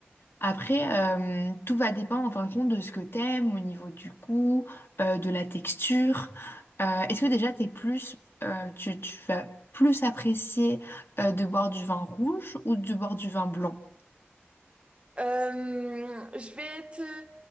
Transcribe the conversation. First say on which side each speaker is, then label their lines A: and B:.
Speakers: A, on the left (about 65°); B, on the right (about 25°).
A: Après, euh, tout va dépendre en fin de compte de ce que t'aimes au niveau du goût, euh, de la texture. Euh, est-ce que déjà t'es plus, euh, tu, tu vas plus apprécier euh, de boire du vin rouge ou de boire du vin blanc?
B: Euh, je vais être... euh,